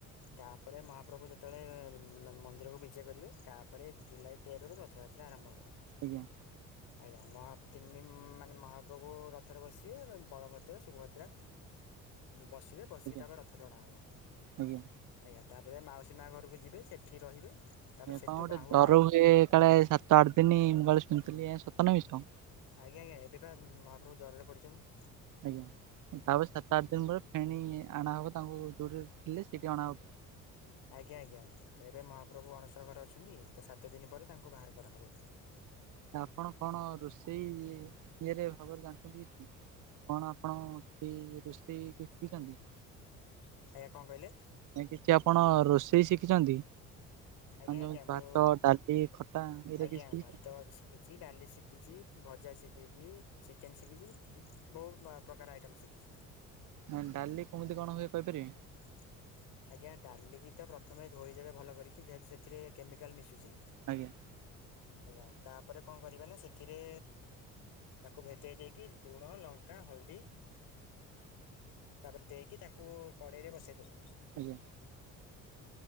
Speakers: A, on the left (about 70°); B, on the right (about 50°).
A: ତାପରେ ମହାପ୍ରଭୁ ଯେତେବେଳେ ମନ୍ଦିରକୁ ବିଜେ କରିବେ ତାପରେ ଜୁଲାଇ ତେରରୁ ରଥଯାତ୍ରା ଆରମ୍ଭ ହବ।
B: ଆଜ୍ଞା।
A: ଆଜ୍ଞା ମହା ତିନି ମାନେ ମହାପ୍ରଭୁ ରଥରେ ବସିବେ ବଳଭଦ୍ର ସୁଭଦ୍ରା ବସିବେ ବସିକି
B: ଆଜ୍ଞା
A: ତାପରେ ରଥ ଟାଣା ହବ
B: ଆଜ୍ଞା।
A: ଆଜ୍ଞା ତାପରେ ମାଉସୀ ମା ଘରକୁ ଯିବେ ସେଠି ରହିବେ। ତାପରେ
B: ଏ କଣ
A: ସେଠୁ
B: ଗୋଟେ
A: ବାହୁଡା
B: ଜିର ହୁଏ କାଳେ ସାତ ଆଠ ଦିନ ମୁଁ କାଳେ ଶୁଣିଥିଲି ସତ ନା ମିଛ
A: ଆଜ୍ଞା ଆଜ୍ଞା ଏବେ ବା ମହାପ୍ରଭୁ ଜ୍ୱରରେ ପଡ଼ିଛନ୍ତି।
B: ଆଜ୍ଞା ତାପରେ ସାତ ଆଠ ଦିନ ପରେ ଫେଣି ଅଣାହେବ ତାଙ୍କୁ ଦୋରରେ ଥିଲେ ସେଠି ଅଣାହବ
A: ଆଜ୍ଞା ଆଜ୍ଞା ଏବେ ମହାପ୍ରଭୁ ଅଣସର ଘରେ ଅଛନ୍ତି ତ ସାତ ଦିନ ପରେ ତାଙ୍କୁ ବାହାର କରାହବ
B: ତ ଆପଣ କଣ ରୋଷେଇ ଇଏ ରେ ଭାବରେ ଜାଣିଛନ୍ତି କଣ ଆପଣ କି ରୋଷେଇ ଶିଖିଛନ୍ତି
A: ଆଜ୍ଞା କଣ କହିଲେ?
B: ନା କିଛି ଆପଣ ରୋଷେଇ ଶିଖିଛନ୍ତି।
A: ଆଜ୍ଞା
B: ଆ ଭାତ,
A: ଆଜ୍ଞା ମୁଁ
B: ଡାଲି, ଖଟା ଏଇଟା
A: ଆଜ୍ଞା
B: କିଛି ଶିଖିଛନ୍ତି
A: ଭାତ ଶିଖିଛି ଡାଲି ଶିଖିଛି ଭଜା ଶିଖିଛି ଚିକେନ୍ ଶିଖିଛି। ବହୁତ୍ ପ୍ରକାର ଆଇଟମ ଶିଖିଛି।
B: ନାଇ ଡାଲି କମିତି କଣ ହୁଏ କହିପାରିବେ
A: <inaudible> ଆଜ୍ଞା ଡାଲିକି ତ ପ୍ରଥମେ ଧୋଇଦେବେ ଭଲ କରିକି ଯେହେତୁ ସେଥିରେ କେମିକାଲ ମିଶୁଛି
B: ଆଜ୍ଞା।
A: ଆଜ୍ଞା ତାପରେ କଣ କରିବା ନା ସେଥିରେ ତାକୁ ଭେଦେଇ ଦେଇକି ଲୁଣ ଲଙ୍କା ହଳଦୀ ତାପରେ ଦେଇକି ତାକୁ କଡ଼େଇରେ ବସେଇଦବ
B: ଆଜ୍ଞା